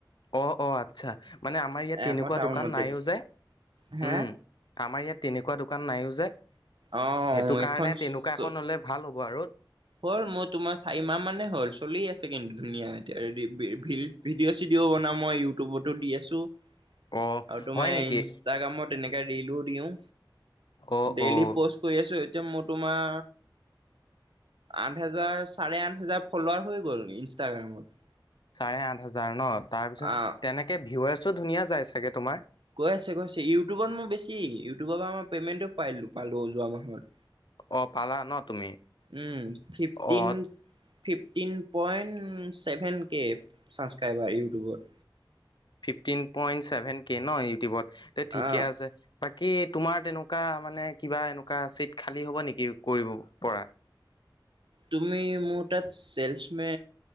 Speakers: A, on the left; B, on the right.
A: অ' অ' আচ্ছা। মানে আমাৰ ইয়াত
B: এ
A: তেনেকুৱা
B: মই টাউনতে
A: দোকান নাইয়ো যে
B: হে?
A: উম আমাৰ ইয়াত তেনেকুৱা দোকান নাইয়ো যে,
B: অ
A: সেইটো
B: এইখন
A: কাৰণে তেনেকুৱা
B: চ-
A: এখন হ'লে ভাল হ'ব আৰু
B: হ'ল, মোৰ তোমাৰ চাৰিমাহ মানে হ'ল। চলি আছে কিন্তু, ধুনীয়া এতিয়া <unintelligible> ভিডিঅ' চিডিঅ'বনাও মই, ইউটিউবটো দি আছোঁ।
A: অ',
B: আৰু তোমাৰ,
A: হয় নেকি
B: ইনষ্টাগ্ৰামত এনেকে ৰিলো দিওঁ।
A: অ',
B: ডেইলী
A: অ',
B: পষ্ট কৰি আছোঁ, এতিয়া মোৰ তোমাৰ আঠ হেজাৰ, চাৰে আঠ হেজাৰ ফ'লৱাৰ হৈ গ'ল ইনষ্টাগ্ৰামত।
A: চাৰে আঠ হেজাৰ ন? তাৰপিছত
B: অ
A: তেনেকে, ভিউৱাৰ্ছো ধুনীয়া যায় চাগে তোমাৰ?
B: গৈ আছে, গৈ আছে। ইউটিউবত মোৰ বেছি, ইউটিউবৰ পৰা মই পেমেণ্টটো পাইলো পালোঁ যোৱা মাহত।
A: অ পালা ন তুমি
B: উম, fifteen
A: অ
B: fifteen point, seven K subscriber ইউটিউবত।
A: ফিপটিন পইন্ট ছেভেন কে ন? ইউটিউবত তে ঠিকে
B: আহ
A: আছে। বাকী তোমাৰ তেনেকুৱা, মানে কিবা এনেকুৱা, চিট খালী হ'ব নেকি কৰিব পৰা?
B: তুমি মোৰ তা'ত চেলচমে